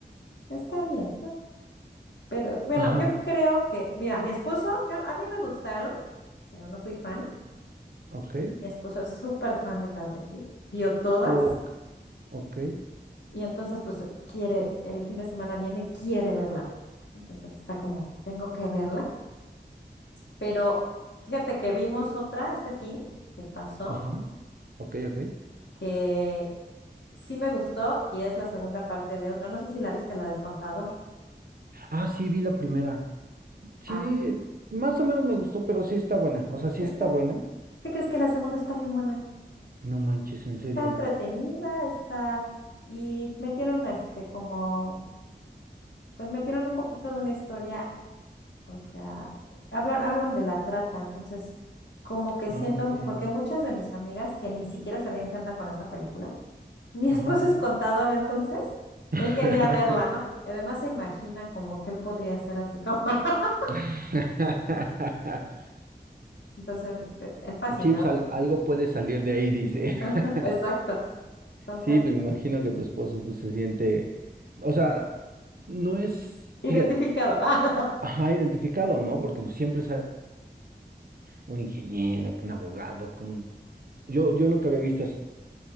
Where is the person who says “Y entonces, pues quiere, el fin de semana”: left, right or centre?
Left